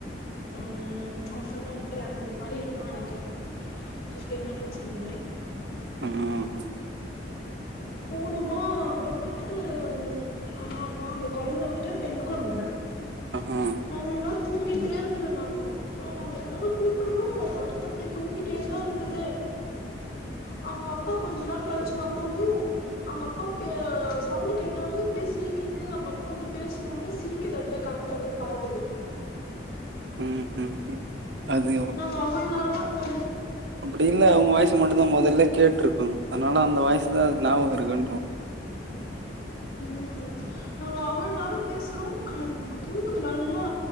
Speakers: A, on the left (about 55°); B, on the right (about 65°).
A: ம் ஆஃபனார் ட்ராவல் அந்த மாரி இருக்குன் நெனைக்கறே ஃபிஃப்டீன் மினிட்ஸ் இந்த மாரி
B: ஆ அஹ
A: போனோமா அங்க வந்துட்டு ஆ அப்ப அந்த கொழந்த வந்துட்டு பெண் கொழந்த
B: ஆஹ
A: நல்லா தூங்கிட்டே இருந்துது நானு ஆ நாங்க எல்லாரு கூப்புடுறோ படுத்து அப்டியே தூங்கிட்டேதா இருந்தது அவ்ங்க அப்பா கொஞ்சொ நேர கழிச்சு வந்தோனுயு அவ்ங்க அப்பா பே சவுண்ட் கேட்டோனே அப்டியே சிரிக்குது அவங்க அப்பா வந்து பேசனோனே சிரிக்குது அப் டியே கண்ண தொறந்து பாக்குது
B: ம் ம் ம். அது
A: நாங்க அவ்வளோ நேரமா உக்காந்
B: அப்டீல்ல அவ்ங்க வாய்ச மட்டுந்தா மொதல்ல கேட்டுருக்கு அதனால அந்த வாய்சுதா அதுக் நாபகோ இருக்கோ என்னவோ
A: ம் நாங்க அவ்ளோ நேரோ பேசுறோ காதுக்து தூங்குது நல்லா